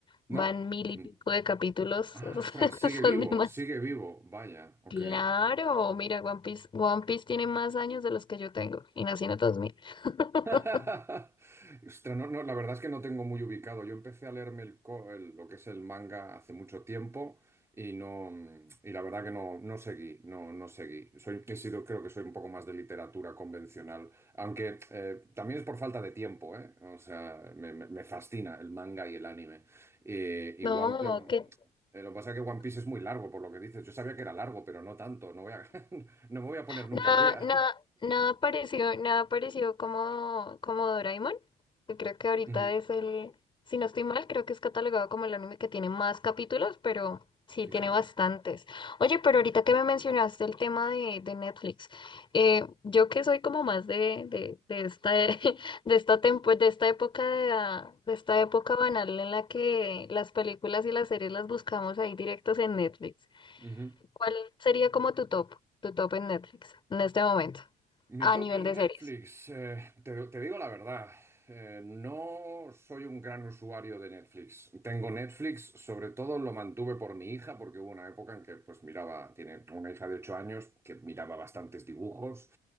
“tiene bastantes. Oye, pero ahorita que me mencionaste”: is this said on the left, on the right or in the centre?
Left